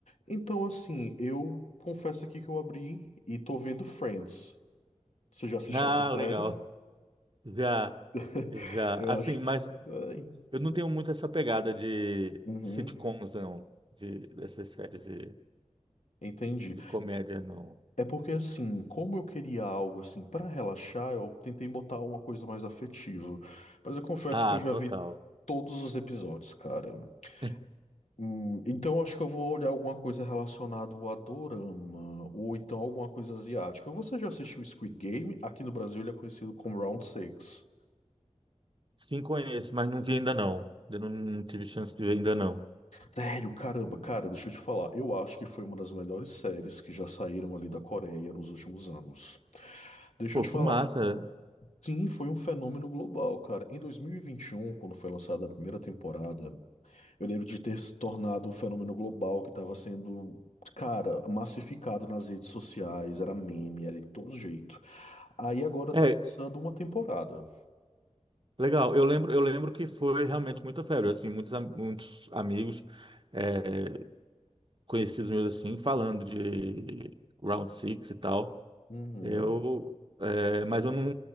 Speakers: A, on the left (about 70°); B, on the right (about 45°).
A: Então, assim, eu confesso aqui que eu abri e tô vendo Friends. Você já assistiu
B: Ah,
A: essa série?
B: legal. Já,
A: <laughs>
B: já.
A: Eu
B: Assim,
A: acho
B: mas
A: que. Ai.
B: eu não tenho muito essa pegada de
A: Uhum.
B: sitcoms, não, de, dessas séries de,
A: Entendi.
B: de comédia, não.
A: É porque assim, como eu queria algo assim para relaxar, eu tentei botar uma coisa mais afetiva. Mas eu confesso
B: Ah,
A: que eu já
B: total.
A: vi todos os episódios, cara.
B: <laughs>
A: Hum, então acho que eu vou olhar alguma coisa relacionada ao Adorama ou então alguma coisa asiática. Você já assistiu Squid Game? Aqui no Brasil ele é conhecido como Round Six.
B: Sim, conheço, mas não vi ainda não. Eu não, não tive chance de ver ainda não.
A: Sério, caramba, cara, deixa eu te falar. Eu acho que foi uma das melhores séries que já saíram ali da Coreia nos últimos anos. Deixa
B: Pô,
A: eu te
B: que
A: falar.
B: massa.
A: Sim, foi um fenômeno global, cara. Em 2021, quando foi lançada a primeira temporada, eu lembro de ter se tornado um fenômeno global que estava sendo, cara, massificado nas redes sociais, era meme, era de todo jeito. Aí agora estão
B: É,
A: lançando uma temporada.
B: legal. Eu lembro, eu lembro que foi realmente muita febre, assim, muitos, am- muitos amigos é, conhecidos meus assim falando de Round Six e tal.
A: Uhum,
B: Eu, é, mas eu não,